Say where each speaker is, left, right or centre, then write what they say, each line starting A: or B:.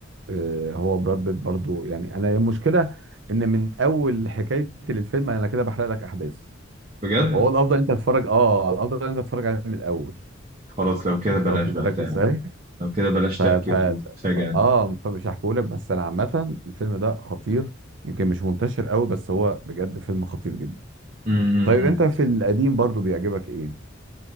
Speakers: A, on the right; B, on the right.
A: آه هو براد بيت برضو يعني انا المشكله ان من اول حكايتي للفيلم انا كده بحرق لك احداث
B: بجد
A: وهو الافضل انت تتفرج اه الافضل انت تتفرج عليه من الاول
B: خلاص لو كده
A: يعني
B: بلاش
A: انت واخد
B: بقى
A: بالك ازاي
B: لو كده بلاش
A: ف
B: تحكي
A: ف
B: وتفاجئنا
A: اه فمش هحكيهولك بس انا عامه الفيلم ده خطير يمكن مش منتشر قوي بس هو بجد فيلم خطير جدا
B: امم
A: طيب انت في القديم برضو بيعجبك ايه